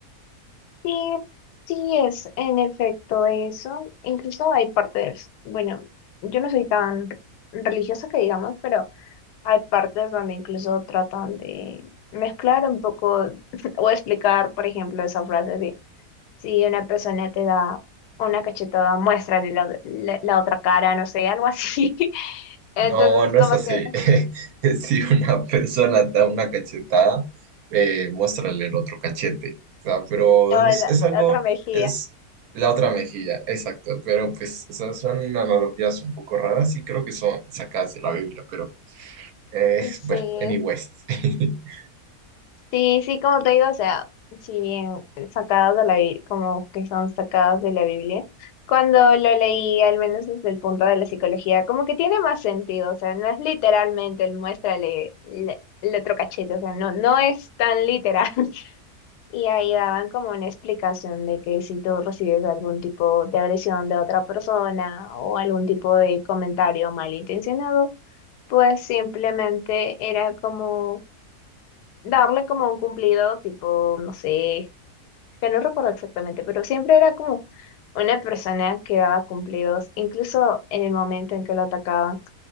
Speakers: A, on the left (about 85°); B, on the right (about 70°).
A: Sí, sí es en efecto eso. Incluso hay partes, bueno, yo no soy tan religiosa que digamos, pero Hay partes donde incluso tratan de mezclar un poco <laughs> o explicar, por ejemplo, esa frase de si una persona te da una cachetada, muéstrale la, la- la otra cara, no sé, algo así. <laughs> Entonces,
B: No, no
A: como
B: es así.
A: que,
B: <laughs> Si una persona te da una cachetada, eh, muéstrale el otro cachete. O sea, pero
A: o la
B: es, es algo,
A: otra mejilla.
B: es la otra mejilla, exacto. Pero pues, o sea, son analogías un poco raras y creo que son sacadas de la Biblia, pero eh,
A: Sí.
B: bueno, anyways. <laughs>
A: Sí, sí, como te digo, o sea, si bien sacadas de la Biblia, como que son sacadas de la Biblia, cuando lo leí, al menos desde el punto de la psicología, como que tiene más sentido, o sea, no es literalmente el muéstrale le- el otro cachete, o sea, no, no es tan literal. <laughs> Y ahí daban como una explicación de que si tú recibes algún tipo de agresión de otra persona o algún tipo de comentario malintencionado, pues simplemente era como darle como un cumplido, tipo, no sé, es que no recuerdo exactamente, pero siempre era como una persona que daba cumplidos, incluso en el momento en que lo atacaban.